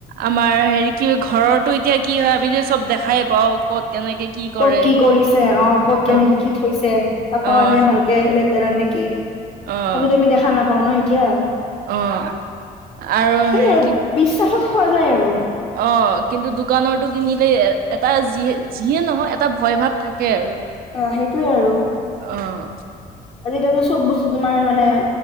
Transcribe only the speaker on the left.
ক'ত কি কৰিছে অ'! ক'ত কেনেকে,
কি থৈছে, চাফা
হয় নাই, ভালকে লেতেৰা নে কি?
আমি ত' দেখা নাপাওঁ ন' এতিয়া।
সেই,
বিশ্বাসত খোৱা যায় আৰু।
অ সেইটোয়ে আৰু
আজিকালি চব বস্তু তোমাৰ মানে,